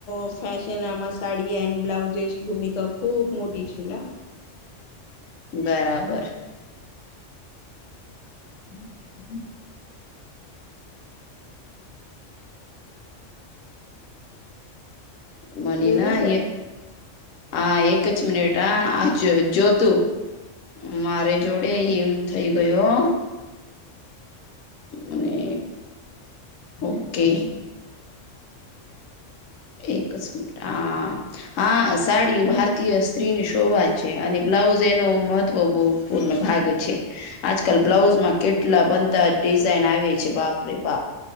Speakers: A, on the left; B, on the left.
A: ન ફેશન આમાં સાડી એન્ડ બ્લાઉઝસ ભૂમિકા ખૂબ મોટી છે ને.
B: બરાબર. <inaudible> મની
A: બોલું
B: ના
A: છો
B: આ એક જ મિનિટ આ આ જોતું મારે જોડે એમ થઈ ગયો અને ઓકે. એક જ મિનિટ હા સાડી ભારતીય સ્ત્રીની શોભા છે અને બ્લાઉઝ એનો મહત્વ બહું પૂર્ણ ભાગ છે. આજકાલ બ્લાઉઝમાં કેટલા બધા ડિઝાઇન આવે છે બાપ રે બાપ